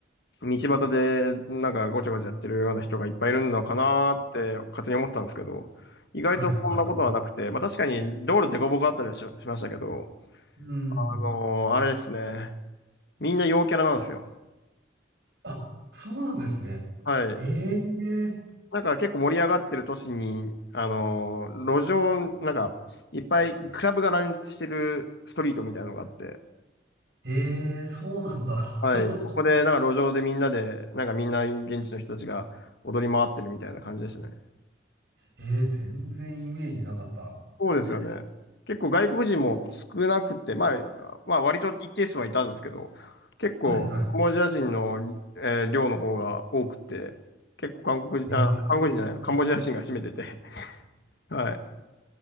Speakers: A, on the left; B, on the right.
A: う、道端でなんかごちゃごちゃやってるような人がいっぱいいるのかなーって勝手に思ってたんですけど、意外とそんなことはなくて、
B: はいはい。
A: まあ確かに道路でこぼこあったりはし、しましたけど、
B: うん。
A: あのーあれですね、みんな陽キャラなんですよ。
B: あ、そうなんですね。
A: はい。
B: ええ
A: なんか結構盛り上がってる都市に、あのー路上、なんか、いっぱいクラブが乱立してるストリートみたいなのがあって、
B: ええそうなんだ。
A: はい、
B: <laughs>
A: そこでなんか路上でみんなで、なんかみんな現地の人たちが踊り回ってるみたいな感じでしたね。
B: ええ全然イメージなかった。
A: そうですよね。結構外国人も少なくて、まあ、まあ割と一定数はいたんですけど、結構カンボジア人の、
B: はいは
A: えー量の方が多くて、結構韓国人、
B: い。ええ
A: あ、韓国人じゃない、
B: <laughs>
A: カンボジア人が占めてて、<laughs> はい。